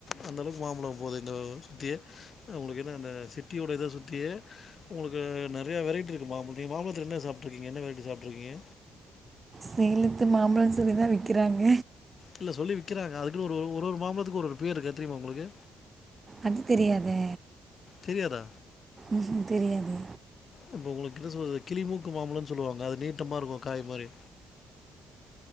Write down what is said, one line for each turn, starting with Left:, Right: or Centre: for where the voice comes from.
Left: அந்த அளவுக்கு மாம்பழோ போகுது இந்த சுத்தி அவங்களுக்கு ன்ன அந்த சிட்டியோடய சுத்திய உங்களுக்கு நெறைய வெரைட்டி ருக் மாம்பத் மாம்பழத்துல என்ன சாப்ட்ருக்கீங்க என்ன வெரைட்டி சாப்ட்ருக்கீங்க
Right: சேலத்து மாம்பழோன்னு சொல்லிதா விக்கிறாங்க.
Left: இல்ல சொல்லி விக்கிறாங்க. அதுக்குன்னு ஒரு ஒரு ஒரு மாம்பழத்துக்கு ஒரு ஒரு பேர் இருக்கு அது தெரியுமா உங்களுக்கு?
Right: அது தெரியாதே.
Left: தெரியாதா?
Right: ம் தெரியாது
Left: அப்ப உங்களுக்கு என்ன சொல்றது கிளிமூக் கு மாம்பழோன்னு சொல்லுவாங்க. அது நீட்டமா இருக்கு காய் மாரி